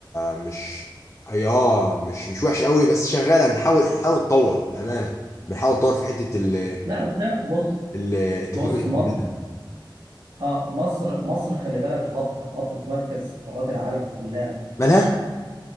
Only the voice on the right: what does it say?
لا أصل هي- بص
بص مصر
اه مصر مصر خلي بالك هب هب في مركز قارات العالم كلها